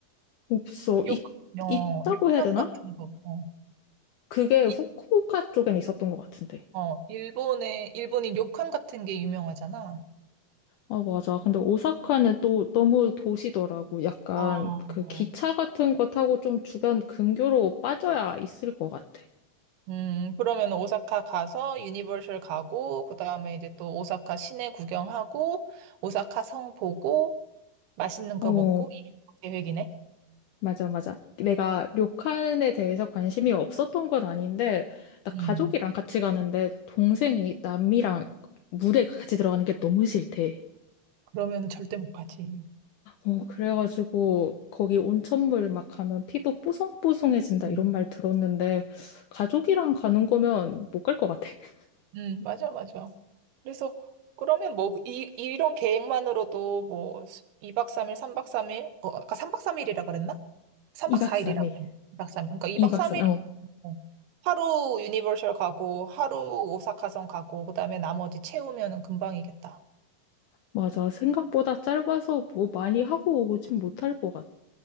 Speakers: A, on the left (about 80°); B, on the right (about 80°).
A: 없어. 있,
B: 요- 어,
A: 있다고
B: 료칸
A: 해야 되나?
B: 같은 거. 어,
A: 그게 후쿠오카
B: 이,
A: 쪽엔 있었던 것 같은데.
B: 어, 일본에, 일본이 료칸 같은 게 유명하잖아.
A: 아, 맞아. 근데 오사카는 또 너무 도시더라고. 약간
B: 어,
A: 그 기차 같은 거 타고 좀 주변 근교로 빠져야 있을 것 같아.
B: 음, 그러면 오사카 가서 유니버셜 가고, 그 다음에 이제 또 오사카 시내 구경하고, 오사카 성 보고, 맛있는 거
A: 어,
B: 먹고, 이게 계획이네?
A: 맞아, 맞아. 내가 료칸에 대해서 관심이 없었던 건 아닌데, 나 가족이랑
B: 음,
A: 같이 가는데, 동생이 남미랑 물에 같이 들어가는 게 너무 싫대.
B: 그러면 절대 못 가지.
A: 어, 그래가지고, 거기 온천물 막 가면 피부 뽀송뽀송해진다,
B: 음,
A: 이런 말 들었는데, 가족이랑 가는 거면 못 갈 것 같아. <laughs>
B: 음, 맞아, 맞아. 그래서 그러면 뭐 이, 이런 계획만으로도 뭐 2박 3일, 3박 3일, 어, 아까 3박 3일이라 그랬나? 3박
A: 2박
B: 4일이라
A: 3일.
B: 그랬나? 이 박 삼일 그러니까 이박삼
A: 2박 3일.
B: 일이
A: 어,
B: 면 하루 유니버셜 가고 하루 오사카성 가고 그다음에 나머지 채우면은 금방이겠다.
A: 맞아. 생각보다 짧아서 뭐 많이 하고 오진 못할 것 같아.